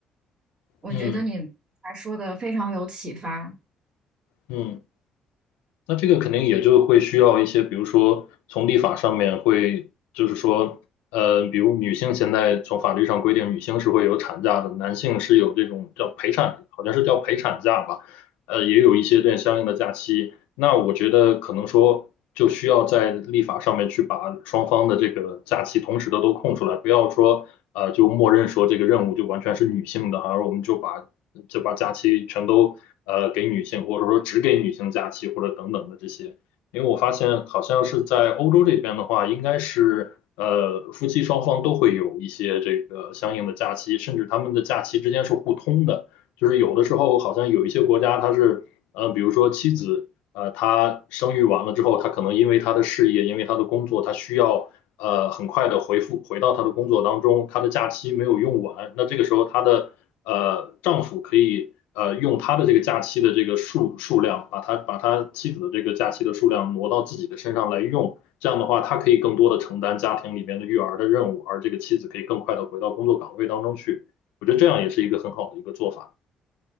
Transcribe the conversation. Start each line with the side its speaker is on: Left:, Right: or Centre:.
Right: 我觉得你还说的非常有启发。
Left: 嗯。嗯，那这个肯定也就会需要一些，比如说从立法上面会，就是说，呃，比如女性现在从法律上规定，女性是会有产假的，男性是有这种叫陪产，好像是叫陪产假吧，呃，也有一些这样相应的假期。那我觉得可能说就需要在立法上面去把双方的这个假期同时的都空出来，不要说呃，就默认说这个任务就完全是女性的哈，而我们就把就把假期全都呃给女性，或者说只给女性假期，或者等等的这些。因为我发现好像是在欧洲这边的话，应该是呃夫妻双方都会有一些这个相应的假期，甚至他们的假期之间是互通的，就是有的时候好像有一些国家它是呃，比如说妻子呃，他生育完了之后，他可能因为他的事业，因为他的工作，他需要呃很快的回复回到他的工作当中，他的假期没有用完，那这个时候他的呃丈夫可以呃用他的这个假期的这个数数量，把他把他妻子的这个假期的数量挪到自己的身上来用，这样的话，他可以更多的承担家庭里面的育儿的任务，而这个妻子可以更快的回到工作岗位当中去，我觉得这样也是一个很好的一个做法。